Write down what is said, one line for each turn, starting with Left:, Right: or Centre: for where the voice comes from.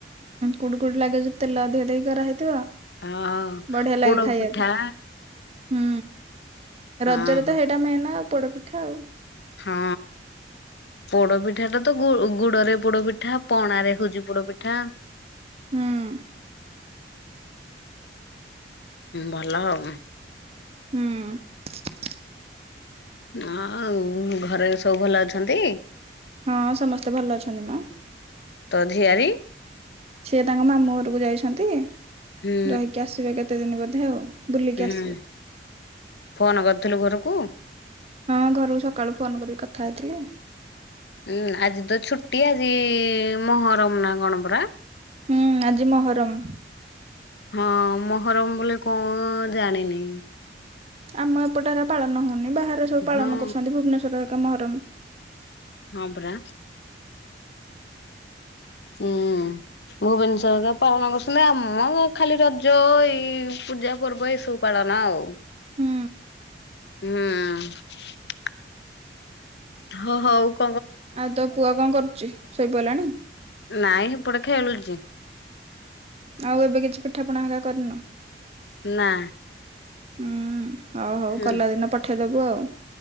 Right: କୁଡ଼ୁ କୁଡ଼ୁ ଲାଗେ ଯୋଉ ତେଲ ଅଧିକା ଦେଇ କରାହେଇଥିବ
Left: ହଁ
Right: ବଢିଆ ଲାଗେ
Left: ପୋଡ଼
Right: ଖାଇବାକୁ।
Left: ପିଠା
Right: ହୁଁ ରଜରେ
Left: ହଁ
Right: ତ ସେଇଟା ମେନ ଆଉ ପୋଡପିଠା ଆଉ
Left: ହଁ ପୋଡପିଠା ଟା ତ ଗୁଡରେ ପୋଡ ପିଠା ପଣାରେ ହଉଛି ପୋଡପିଠା
Right: ହୁଁ
Left: ଭଲ ଆଉ
Right: ହୁଁ
Left: ହଁ ଆଉ ଘରେ ସବୁ ଭଲ ଅଛନ୍ତି।
Right: ହଁ ସମସ୍ତେ ଭଲ ଅଛନ୍ତି ମ
Left: ତୋ ଝିଆରୀ
Right: ସିଏ ତାଙ୍କ ମାମୁଁ ଘରକୁ ଯାଇଛନ୍ତି
Left: ହୁଁ
Right: ରହିକି ଆସିବେ କେତେ ଦିନ ବୋଧେ ଆଉ ବୁଲିକି
Left: ହୁଁ
Right: ଆସିବେ।
Left: ଫୋନ କରିଥିଲୁ ଘରକୁ
Right: ହଁ ଘରକୁ ସକାଳୁ ଫୋନ କରିକି କଥା ହେଇଥିଲି।
Left: ହୁଁ ଆଜି ତ ଛୁଟି ଆଜି ମହରମ ନା କଣ ପରା?
Right: ହୁଁ ଆଜି ମହରମ
Left: ହଁ ମହରମ ବୋଲି କଣ ଜାଣିନି?
Right: ଆମ ଏପଟେ ଏରା ପାଳନ ହଉନି ବାହାରେ ସବୁ ପାଳନ
Left: ହଁ
Right: କରୁଛନ୍ତି ଭୁବନେଶ୍ୱର ଏକ ମହରମ
Left: ହଁ ପରା। ହୁଁ। ଭୁବନେଶ୍ଵର ପାଳନ କରୁଛନ୍ତି ଆମ ଖାଲି ରଜ ଏଇ ପୂଜା ପର୍ବ ଏଇ ସବୁ ପାଳନ ଆଉ।
Right: ହୁଁ
Left: ହୁଁ। ହଁ ହଉକ।
Right: ଆଉ ତୋ ପୁଅ କଣ କରୁ ଶୋଇପଢ଼ିଲାଣି।
Left: ନାଇଁ ସେପଟେ ଖେଳୁଛି।
Right: ଆଉ ଏବେ କିଛି ପିଠାପଣା ହରିକା କରିନ?
Left: ନା।
Right: ହୁଁ। ହଉ ହଉ
Left: ହୁଁ
Right: କଲା ଦିନ ପଠେଇଦେବୁ ଆଉ।